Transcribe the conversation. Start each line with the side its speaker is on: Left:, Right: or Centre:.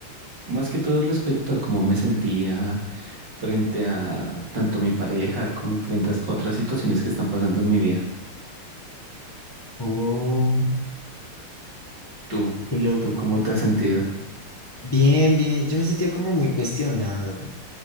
Right: Más que todo respecto a cómo me sentía frente a tanto mi pareja como frente a otras situaciones que están pasando en mi vida.
Left: Oh,
Right: ¿Tú?
Left: qué loco.
Right: ¿Tú cómo te has sentido?
Left: Bien, bien. Yo me sentía como muy cuestionado.